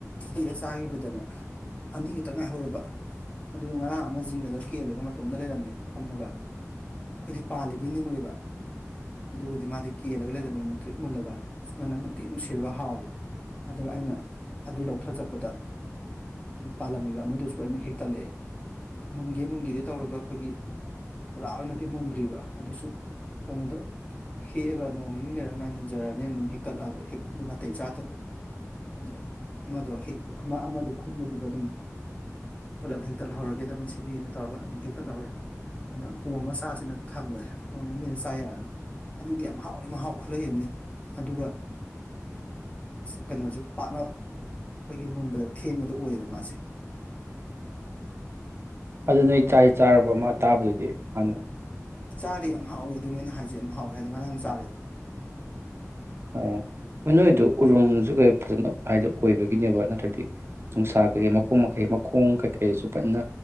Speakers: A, on the left; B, on the right.
A: ꯍꯦꯛꯑ ꯆꯥꯒꯤꯕꯗꯅꯦ ꯑꯅꯤ ꯈꯛꯇꯪ ꯉꯥꯏꯍꯧꯔꯕ ꯑꯗꯨꯒ ꯉꯔꯥꯡ ꯑꯃ ꯖꯤꯡꯒꯗ ꯀꯦꯜꯂꯒ ꯃꯇꯣꯝꯇ ꯂꯩꯔꯝꯃꯦ ꯐꯝꯃꯒ ꯑꯩꯈꯣꯏꯗꯤ ꯄꯥꯜꯂꯤꯕꯣꯏ ꯅꯤꯡꯉꯨꯔꯤꯕ ꯑꯗꯨꯒꯗꯤ ꯃꯥꯗꯤ ꯀꯦꯜꯂꯒ ꯂꯩꯔꯝꯃꯦ ꯃꯨꯟꯇ꯭ꯔꯤꯛ ꯃꯨꯜꯂꯒ ꯃꯅꯝꯒ ꯊꯤ ꯅꯨꯡꯁꯤꯔꯒ ꯍꯥꯎꯔꯦ ꯑꯗ ꯑꯩꯅ ꯑꯗꯨ ꯂꯧꯊ ꯆꯠꯄꯗ ꯄꯥꯜꯂꯝꯃꯤꯕ ꯑꯃꯗꯨꯁꯨ ꯑꯩꯅ ꯍꯦꯛꯇꯠꯂꯛꯑꯦ ꯃꯨꯟꯒꯦ ꯃꯨꯟꯒꯦꯗꯤ ꯇꯧꯔꯒ ꯑꯩꯈꯣꯏꯒꯤ ꯄꯨꯔꯥ ꯑꯣꯏꯅꯗꯤ ꯃꯨꯟꯗ꯭ꯔꯤꯕ ꯑꯗꯨꯁꯨ ꯀꯩꯅꯣꯗꯣ ꯍꯦꯛꯑꯒ ꯅꯣꯡꯅꯤꯅꯤ ꯂꯩꯔꯒ ꯃꯥꯏ ꯃꯨꯖꯔꯛꯑꯅꯦꯅ ꯑꯗꯨꯝ ꯍꯦꯛꯇꯠꯂꯛꯑꯕ ꯍꯦꯛꯐꯝꯗꯨ ꯅꯥꯇꯩ ꯆꯥꯗꯕ ꯑꯗꯩ ꯑꯃꯗꯣ ꯍꯦꯛ ꯑꯃ ꯑꯃꯗꯣ ꯈꯨꯟꯕꯗꯨꯗ ꯑꯗꯨꯝ ꯄꯨꯜꯂꯞ ꯍꯦꯛꯇꯠꯍꯧꯔꯒꯦꯗꯕ ꯃꯁꯤꯗꯤꯅ ꯇꯧꯔꯒ ꯑꯗꯨꯝ ꯍꯦꯛꯇꯠꯍꯧꯔꯦ ꯑꯗꯨꯅ ꯑꯣꯝꯃꯥ ꯆꯥꯁꯤꯅ ꯊꯝꯈ꯭ꯔꯦ ꯅꯣꯡꯅꯤꯅꯤꯗ ꯆꯥ ꯌꯥꯔꯅꯤ ꯑꯗꯨꯗꯤ ꯌꯥꯝ ꯍꯥꯎꯋꯤ ꯃꯍꯥꯎ ꯈꯨꯂꯩꯑꯃꯅꯤ ꯑꯗꯨꯒ ꯀꯩꯅꯣꯁꯦ ꯄꯥꯛꯅ ꯑꯩꯈꯣꯏꯒꯤ ꯃꯨꯟꯕꯗ ꯊꯦꯡꯕꯗꯣ ꯑꯣꯏꯌꯦꯕ ꯃꯥꯁꯦ
B: ꯑꯗꯨ ꯅꯣꯏ ꯆꯥꯗꯤ ꯆꯥꯔꯕ ꯑꯃ ꯇꯥꯕꯗꯨꯗꯤ ꯍꯥꯟꯅ
A: ꯆꯥꯔꯦ ꯌꯥꯝ ꯍꯥꯎꯋꯦ ꯑꯗꯨꯅꯦ ꯑꯩꯅ ꯍꯥꯏꯁꯦ ꯌꯥꯝ ꯍꯥꯎꯋꯦ ꯍꯥꯏꯗꯤ ꯉꯔꯥꯡ ꯆꯥꯔꯦ
B: ꯑꯥ ꯅꯣꯏꯗꯨ ꯎꯔꯨꯝꯁꯨ ꯀꯩ ꯐꯖꯅ ꯍꯥꯏꯗ ꯑꯣꯏꯕꯒꯤꯅꯦꯕ ꯅꯠꯇ꯭ꯔꯗꯤ ꯅꯨꯡꯁꯥ ꯀꯩꯀꯩ ꯃꯈꯣꯡ ꯃꯈꯩ ꯃꯈꯣꯡ ꯀꯩ ꯀꯩꯁꯨ ꯐꯖꯅ